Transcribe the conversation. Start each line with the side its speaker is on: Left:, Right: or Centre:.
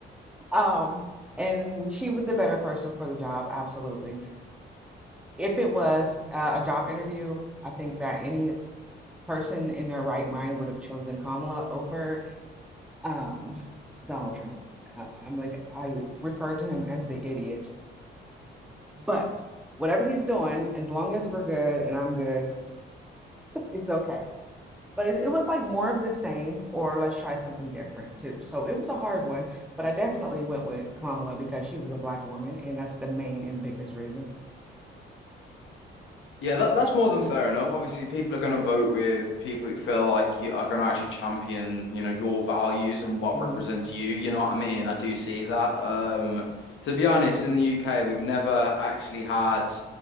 Centre: Um, and she was the better person for the job, absolutely If it was uh, a job interview, I think that any person in their right mind would have chosen Kamala over um, Donald Trump. Uh, I'm like, I refer to him as the idiot, but whatever he's doing, as long as we're good and I'm good, it's okay. But it, it was like more of the same, or let's try something different too. So it was a hard one, but I definitely went with Kamala because she was a black woman, and that's the main and biggest reason.
Left: Yeah, that that's more than fair enough. Obviously, people are going to vote with people that feel like you are going to actually champion, you know, your values and what
Centre: hmm
Left: represents you. You know what I mean? I do see that. Um, to be honest, in the UK, we've never actually had